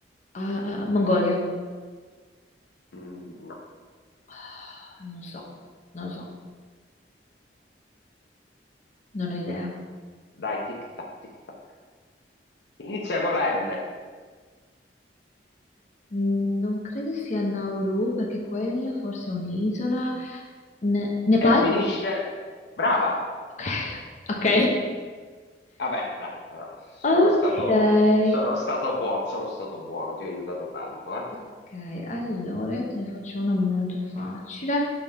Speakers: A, on the left; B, on the left.
A: Ah, ah, Mongolia?
B: Mm, no.
A: Ah, non so, non lo so, non ho idea.
B: Dai, tic tac, tic tac. Inizia con la N
A: Mm, Non credo sia Nauru, perché quella forse è un'isola. Ne- Nepal?
B: e finisce... Brava!
A: Ok. Ok,
B: Vabbè, dai, no, sono
A: ok,
B: stato, sono stato buono, sono stato buono, ti ho aiutato tanto, eh.
A: ok. allora io te ne faccio una molto facile.